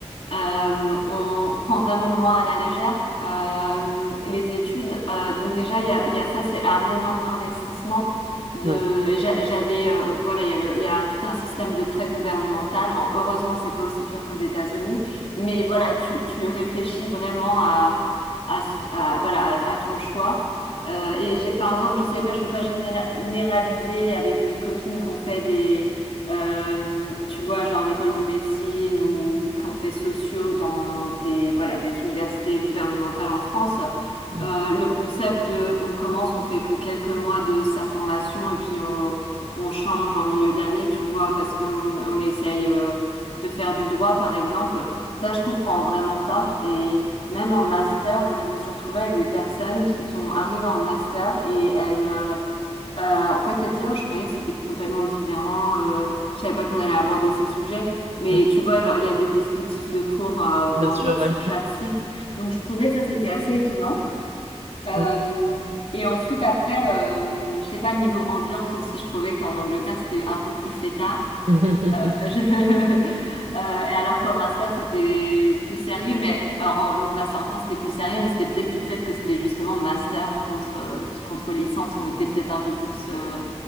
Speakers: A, on the left (about 55°); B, on the right (about 70°).
A: euh, on prend vraiment moins à la légère euh, les études. Euh, donc déjà il y a, il y a ça, c'est un énorme investissement. De,
B: Ouais.
A: et j'a- j'avais euh, voilà, il y a le, il y a tout un système de prêt gouvernemental. En- heureusement, c'est pas aussi pire qu'aux États-Unis, mais voilà, tu tu réfléchis vraiment à à, ce- à- voilà à à ton choix. Euh, et j'ai- par exemple, je sais pas, je veux pas généra- généraliser avec mes copines qu'on fait des, euh, tu vois, genre l'école de médecine ou qu'on fait sociaux dans des, voilà, des universités gouvernementales en France.
B: Mm.
A: Euh, le concept de on commence, on fait que quelques mois de sa formation et puis on, on change en milieu d'année, tu vois, parce qu'on on essaye euh, de faire du droit, par exemple. Ça, je comprends vraiment pas. Et même en master, je me suis retrouvée avec des personnes qui sont arrivées en master et elles, euh, euh, en fait, elles disent, Oh, je croyais que c'était complètement différent, euh, je savais pas qu'on allait aborder ces sujets. Mais
B: Ouais.
A: tu vois, genre, il y a des descriptifs de cours euh, dans,
B: Bien sûr,
A: dans, sur
B: ouais.
A: chaque site. Donc, je trouvais ça, c'était assez étonnant. Euh,
B: Ok.
A: et ensuite, après, euh, je sais pas, niveau ambiance aussi, je trouvais qu'en Angleterre, c'était un peu plus fêtard.
B: <laughs>
A: Euh, je- <laughs> euh, et alors qu'au master, c'était plus sérieux, mais en, en- mon master en France, c'était plus sérieux, mais c'était peut-être du fait que c'était justement master contre, euh, contre licence. On était peut-être un peu plus euh,